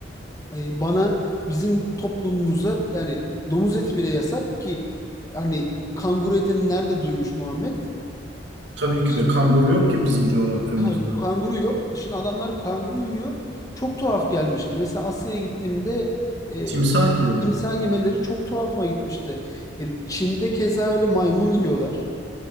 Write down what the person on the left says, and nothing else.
e, bana bizim toplumumuza yani domuz eti bile yasak ki hani kanguru etini nerede duymuş Muhammed?
İşte,
Ha, kanguru yok. E Şimdi adamlar kanguru yiyor. Çok tuhaf gelmişti. Mesela Asya'ya gittiğimde e,
timsah yemeleri çok tuhafıma gitmişti. E, Çin'de keza öyle maymun yiyorlar.